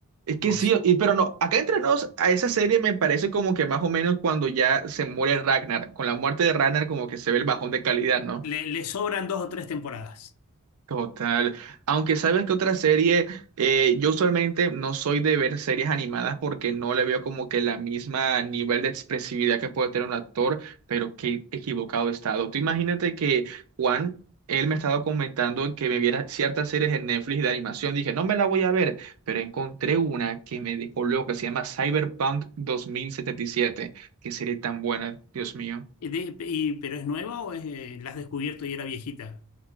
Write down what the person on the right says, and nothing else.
Es
que sí, y- pero no, acá entre nos, a esa serie me parece como que más o menos cuando ya se muere Ragnar, con la muerte de Ragnar como que se ve el bajón de calidad, ¿no?
Total. Aunque sabes que otra serie, eh, yo usualmente no soy de ver series animadas porque no le veo como que la misma nivel de expresividad que puede tener un actor, pero qué equivocado he estado. Tú imagínate que Juan, él me estaba comentando que me viera ciertas series en Netflix de animación. Dije, no me la voy a ver, pero encontré una que me dejó loco, que se llama Cyberpunk dos mil setenta y siete. Qué serie tan buena, Dios mío.